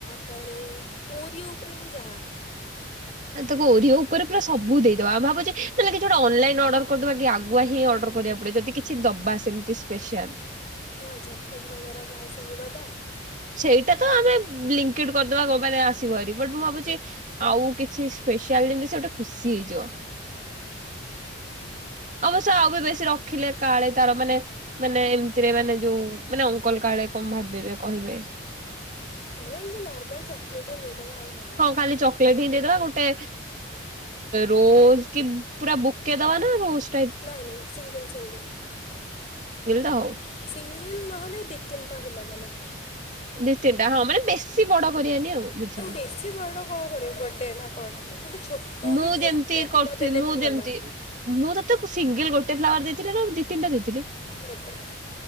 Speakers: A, on the left (about 35°); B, on the right (about 40°).
A: ପରେ ଓରିଓ ଉପରେ ହିଁ ଯାହା।
B: ତା
A: ତାପରେ
B: ଓରିଓ ଉପରେ ପୁରା ସବୁ ଦେଇଦବା ଆମେ ଭାବୁଛେ। ଲେ କିଛି ଗୋଟେ ଅନଲାଇନ୍ ଅର୍ଡର କରିଦବା କି ଆଗୁଆ ହିଁ ଅର୍ଡର କରିବାକୁ ପଡିବ ଯଦି କିଛି ଦବା ସେମିତି ସ୍ପେସିଆଲ।
A: ହଁ ଚକଲେଟ ବଗେରା ଯାହା ସବୁ ଦବା।
B: ସେଇଟା ତ ଆମେ ବ୍ଲିଙ୍କିଟ କରିଦବା ଆସିବହାରି ମୁଁ ଭାବୁଛି। ଆଉ କିଛି ସ୍ପେଶଆଲ ଜିନିଷ ଗୋଟେ ଖୁସି ହେଇଯିବ। ଅବଶ୍ୟ ଆଉ ବି ବେଶୀ ରଖିଲେ କାଳେ ତାର ମାନେ ମାନେ ଏମିତିରେ ମାନେ ଯୋଉ ମାନେ ଅଙ୍କଲ କାଳେ କଣ ଭାବିବେ କହିବେ।
A: ଆରେ ଏମିତି ନର୍ମାଲ ଚକଲେଟ ହି ଦେଇଦେବା ଆଉ। କ'ଣ
B: ହଁ ଖାଲି ଚକୋଲେଟ ହିଁ ଦେଇଦବା ଗୋଟେ ରୋଜ କି ପୁରା ବୁକେ ଦବାନା ରୋଜ୍।
A: ନାଇଁ ନାଇଁ ସିଙ୍ଗଲ ସିଙ୍ଗଲ
B: ତ ହଉ
A: ସିଙ୍ଗଲ ନହେଲେ ଦି ତିନିଟା ଭୁଲ ଗଲା।
B: ନିୁଶ୍ଚିତା ହଁ ମାନେ ବେଶୀ ବଡ କରିବାନି ଆଉ ବୁଝିଲେ।
A: ବେଶୀ ବଡ଼ କ'ଣ କରିବ ବର୍ଥଡ଼େ ନା କ'ଣ ତ ଗୋଟେ ଛୋଟ
B: ମୁଁ
A: କି ଗୋଟେ
B: ଯେମିତି
A: ଫୁଲ
B: କରଥିଲି
A: ଦେଲେ
B: ମୁଁ
A: ବି ଭଲ
B: ଯେମତି ମୁଁ ତତେ ମୁ ସିଙ୍ଗଲ ଗୋଟେ ଫ୍ଲାାର ଦେଇଥିଲେ ନା ଦି ତିିଟା ଦେଇି
A: ଗୋଟେ